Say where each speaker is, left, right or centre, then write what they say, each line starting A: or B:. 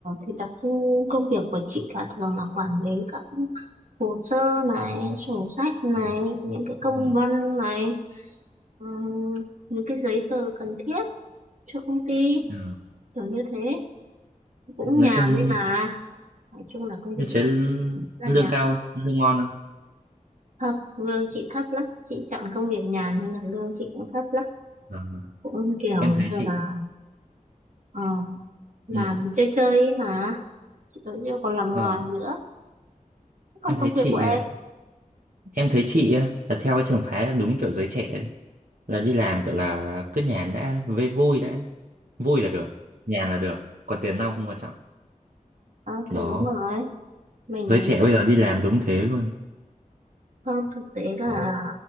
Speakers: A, on the right; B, on the right.
A: thì đặc trưng công việc của chị là thường là quản lý các hồ sơ này sổ sách này
B: Ừ,
A: những cái công
B: ừ,
A: văn này ừ, những cái giấy tờ cần thiết cho công ty
B: ờ.
A: kiểu như thế cũng
B: Nói
A: nhàn
B: chung
A: đấy
B: như,
A: mà nói chung là công
B: như
A: việc
B: chế
A: của chị là
B: lương
A: nhàn
B: cao không? Lương ngon không?
A: không lương chị thấp lắm chị chọn công việc nhàn nên là lương chị cũng thấp lắm
B: Ờ,
A: cũng kiểu
B: em thấy
A: như
B: chị
A: là ờ, làm
B: ừ,
A: chơi chơi ấy mà chị vẫn chưa còn làm ngoài
B: ờ,
A: nữa còn
B: em thấy
A: công
B: chị
A: việc của
B: ờ,
A: em
B: em thấy chị á, là theo cái trường phái là đúng kiểu giới trẻ ấy. là đi làm gọi là cứ nhàn đã với vui đã vui là được nhàn là được còn tiền nong không quan trọng
A: Ờ,
B: đó
A: thì đúng rồi mình
B: giới trẻ bây giờ đi làm đúng thế luôn
A: Không, thực tế là
B: Đó.